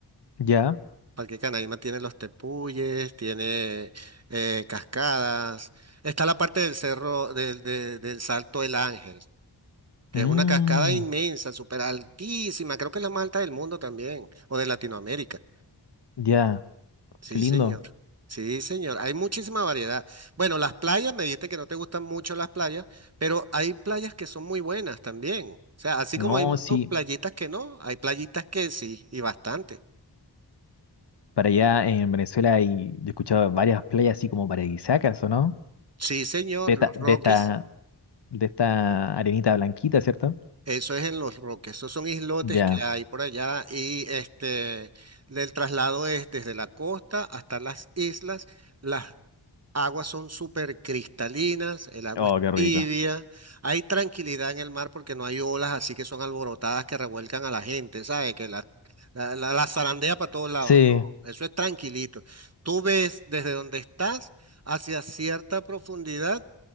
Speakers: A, on the left; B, on the right.
A: Ya,
B: Parque Canaima tiene los tepuyes, tiene eh, cascadas. Está la parte del cerro, del, de- del Salto del Ángel, que
A: mm,
B: es una cascada inmensa, súper altísima. Creo que es la más alta del mundo también, o de Latinoamérica.
A: ya,
B: Sí,
A: qué lindo.
B: señor. Sí, señor. Hay muchísima variedad. Bueno, las playas, me dijiste que no te gustan mucho las playas, pero hay playas que son muy buenas también. O sea, así
A: No,
B: como hay sus
A: sí,
B: playitas que no, hay playitas que sí, y bastante.
A: para allá en Venezuela hay, yo he escuchado varias playas así como paradisíacas, ¿o no?
B: Sí, señor,
A: De esta,
B: Los
A: de
B: Roques,
A: esta- de esta arenita blanquita, ¿cierto?
B: eso es en Los Roques, esos son islotes
A: Ya.
B: que hay por allá y este, el traslado es desde la costa hasta las islas. Las aguas son súper cristalinas, el agua
A: Oh,
B: es
A: qué rico.
B: tibia, hay tranquilidad en el mar porque no hay olas así que son alborotadas que revuelcan a la gente, ¿sabes? Que la, la, la- la zarandea para todos lados,
A: Sí,
B: no, eso es tranquilito. Tú ves desde donde estás hacia cierta profundidad